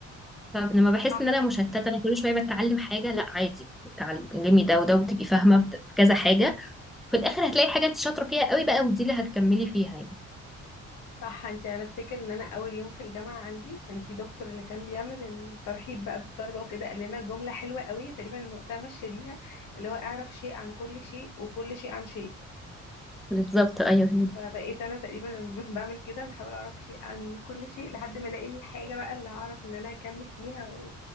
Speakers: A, in the centre; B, on the left.
A: فلما بحس
B: صح
A: ان انا مشتته انا كل شويه بتعلم حاجه لا عادي اتعلمي ده وده وتبقي فاهمه في كذا حاجه في الاخر هتلاقي حاجه انت شاطره فيها قوي بقى ودي اللي هتكملي فيها يعني
B: صح انت انا افتكر ان انا اول يوم في الجامعه عندي كان في دكتور اللي كان بيعمل الترحيب بقى بالطلبه وكده قال لنا جمله حلوه قوي تقريبا وقتها ماشيه بيها اللي هو اعرف شيء عن كل شيء وكل شيء عن شيء
A: بالظبط ايوه
B: فبقيت انا تقريبا انا <laughs> بعمل كده بحاول اعرف شيء عن كل شيء لحد ما الاقي الحاجه بقى اللي هعرف ان انا اكمل فيها و...